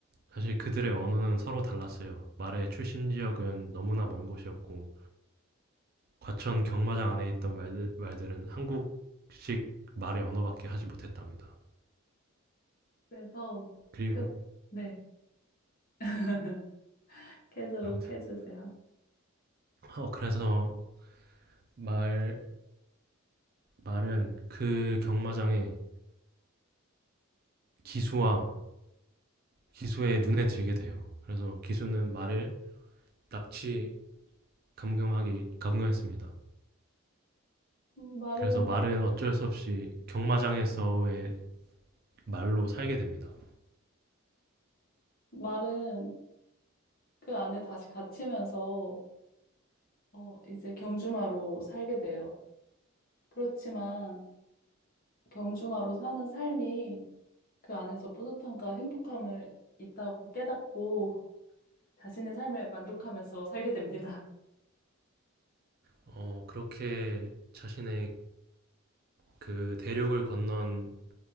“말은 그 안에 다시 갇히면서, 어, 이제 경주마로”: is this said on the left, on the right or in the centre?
Left